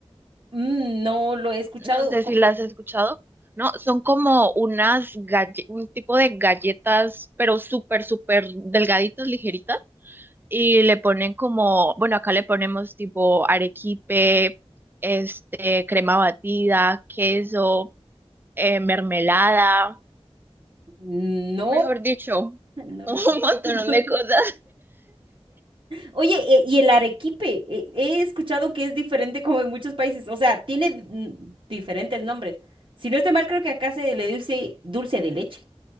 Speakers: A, on the right (about 55°); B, on the right (about 20°).
A: Mm, No lo he escuchado.
B: No sé si las has escuchado. No, son como unas galle- un tipo de galletas, pero súper, súper delgaditas, ligeritas. y le ponen como, bueno, acá le ponemos tipo arequipe, este, crema batida, queso, eh, mermelada,
A: No,
B: mejor dicho,
A: no
B: un
A: lo he
B: <laughs>
A: escuchado.
B: montón
A: <laughs>
B: de cosas.
A: Oye, e- y el arequipe, e- he escuchado que es diferente como en muchos países, o sea, tiene mm, diferentes nombres. Si no estoy mal, creo que acá se le dice dulce de leche.